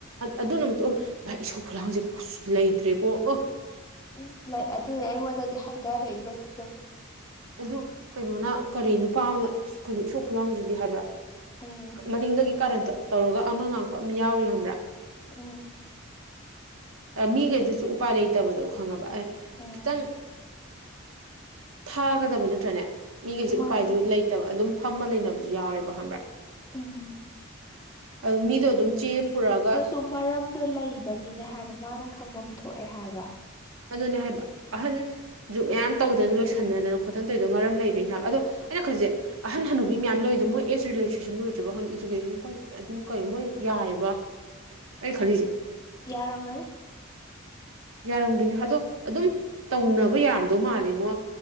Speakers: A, on the right; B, on the left.
A: ꯑꯗꯨ ꯅꯨꯃꯤꯠꯇꯣ ꯑꯣꯏ ꯚꯥꯏ ꯏꯁꯧ ꯈꯨꯂꯥꯡꯁꯦ ꯑꯁ ꯂꯩꯇ꯭ꯔꯦꯀꯣ ꯑꯣ
B: ꯎꯝ ꯂꯥꯛ ꯑꯗꯨꯅꯦ ꯑꯩꯉꯣꯟꯗꯗꯤ ꯍꯥꯏꯊꯔꯛꯏꯕꯗꯨꯗꯣ
A: ꯑꯗꯨ ꯀꯩꯅꯣꯅ ꯀꯔꯤ ꯅꯨꯄꯥ ꯑꯃꯅ ꯀꯩꯅꯣ ꯏꯁꯣꯛ ꯈꯨꯂꯥꯡꯁꯤꯗꯤ ꯍꯥꯏꯕ꯭ꯔꯥ
B: ꯎꯝ
A: ꯃꯅꯤꯡꯗꯒꯤ ꯀꯥꯔꯟꯇꯣ ꯇꯧꯔꯒ ꯑꯃ ꯉꯥꯡꯄ ꯑꯃ ꯌꯥꯎꯔꯤ ꯈꯕ꯭ꯔꯥ
B: ꯑꯣ
A: ꯃꯤꯈꯩꯗꯨꯁꯨ ꯎꯄꯥꯏ ꯂꯩꯇꯕꯗꯣ ꯈꯪꯉꯕ ꯑꯦ
B: ꯎꯝ
A: ꯈꯤꯇꯪ ꯊꯥꯒꯗꯕ ꯅꯠꯇ꯭ꯔꯅꯦ ꯃꯤꯈꯩꯁꯦ
B: ꯃꯥꯅꯦ
A: ꯎꯄꯥꯏꯁꯨ ꯂꯩ ꯑꯗꯨꯝ ꯐꯝꯃ ꯂꯩꯅꯕꯁꯨ ꯌꯥꯎꯔꯦꯕ ꯈꯪꯕ꯭ꯔꯥ
B: ꯎꯝ
A: ꯑꯗꯨ ꯃꯤꯗꯣ ꯑꯗꯨꯝ ꯆꯦ ꯄꯨꯔꯛꯒ
B: ꯁꯨꯝ ꯃꯔꯝꯗꯣ ꯂꯩꯕꯒꯤꯅꯦ ꯍꯥꯏꯕ ꯃꯥꯅ ꯈꯪꯐꯝ ꯊꯣꯛꯑꯦ ꯍꯥꯏꯕ
A: ꯑꯗꯨꯅꯦ ꯍꯥꯏꯕ ꯑꯍꯟ ꯖꯨꯛ ꯃꯌꯥꯝ ꯇꯧꯗꯅ ꯂꯣꯏꯁꯟꯅꯗꯅ ꯈꯣꯠꯇꯅ ꯇꯧꯔꯤꯗꯅ ꯃꯔꯝ ꯂꯩꯕꯅ ꯍꯥꯏꯕ ꯑꯗꯣ ꯑꯩꯅ ꯈꯁꯦ ꯑꯍꯟꯟꯅꯅꯕꯤ ꯃꯌꯥꯝ ꯂꯩꯔꯤꯗꯦ ꯃꯣꯏ ꯑꯦꯁ ꯔꯤꯂꯦꯛꯁꯦꯁꯟ ꯂꯣꯏ꯭ꯔ ꯍꯧ ꯏꯖꯀꯦꯁꯟ ꯑꯗꯨꯝ ꯀꯩꯅ ꯃꯣꯏ ꯌꯥꯏꯑꯕ ꯑꯩ ꯈꯜꯂꯤꯁꯦ
B: ꯌꯥꯔꯣꯒ
A: ꯌꯥꯔꯝꯒꯅꯤ ꯑꯗꯣ ꯑꯗꯨꯝ ꯇꯧꯅꯕ ꯌꯥꯗꯧ ꯃꯥꯂꯉꯣ